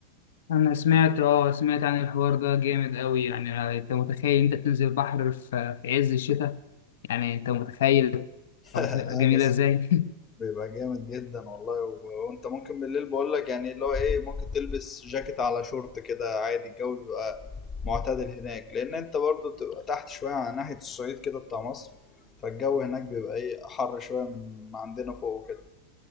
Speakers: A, on the left; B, on the left.
A: أنا سمعت أه سمعت عن الحوار ده جامد أوي يعني أنت متخيل أنت تنزل بحر في في عز الشتاء يعني أنت متخيل
B: <laughs> لا
A: جميلة
B: بس
A: إزاي؟ <laughs>
B: بيبقى جامد جدا والله و... وانت ممكن بالليل بقولك يعني اللي هو ايه ممكن تلبس جاكيت على شورت كده عادي الجو بيبقى معتدل هناك لان انت برضه بتبقى تحت شويه على ناحيه الصعيد كده بتاع مصر فالجو هناك بيبقى ايه حر شويه من ما عندنا فوق وكده